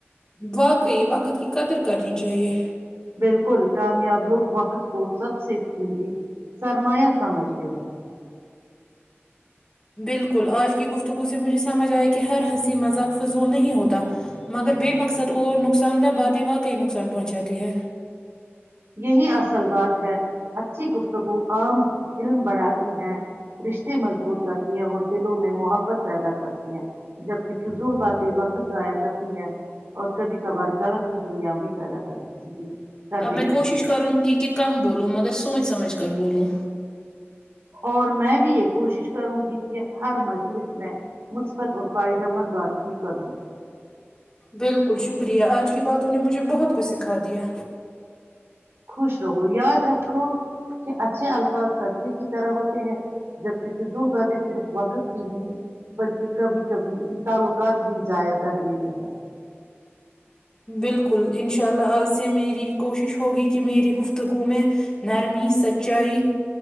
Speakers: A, on the left (about 20°); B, on the right (about 65°).
A: واقعی وقت کی قدر کرنی چاہیے
B: بالکل کامیاب لوگ وقت کو سب سےفکی سرمایا سمجتے ہیں
A: بالکل آج کی گفتگو سے مجھے سمجھ آیا کہ ہر ہنسی مذاق فضول نہیں ہوتا مگر بے مقصد اور نقصان دہ باتیں واقعی نقصان پہنچاتی ہیں
B: یہی اصل بات ہے اچھی گفت تگو عام علم بڑھاتی ہیں رشتے مضبوط کرتی ہیں اور دلوں میں محبت پیدا کرتی ہیں جبکہ فضول باتیں وقت ضائع کرتی ہیں اور کبھی کبھار غلط فہمیاں بھی پیدا کرتی سردی
A: اب میں کوشش کروں گی کہ کم بولو مگر سوچ سمجھ آج کل بولوں
B: اور میں بھی ایک کوشش کروں گی کہ ہر مرض لس میں مثبت اور فائد امد بات بھی کروں
A: بالکل شکریہ آج کی بہت تو نے مجھے بہت کچھ سکھا دیا
B: خوش رہو یاد رکھو کہ اچھے الفاظ سڑکے کی طرح ہوتے ہیں جبکہ فضول باتیں صرف وقت کی نہیں بلکہ کبھی کبھی تعلقات بھی ضائع کر دیتے ہیں
A: بالکل انشاء اللہ آج سے میری کوشش ہوگی کہ میری گفتگو میں نرمی سچائی